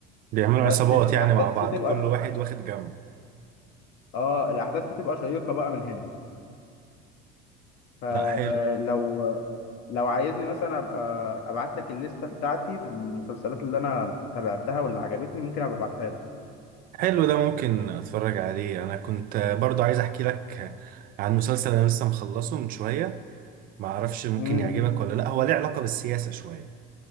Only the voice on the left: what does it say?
بس
الاحداث
بتبقى
اه الاحداث بتبقى شيقه بقى من هنا فلو
لو عايزني مثلا ابقى ابعت لك الليسته بتاعتي بالمسلسلات اللي انا تابعتها واللي عجبتني ممكن ابقى ابعتها لك.
امم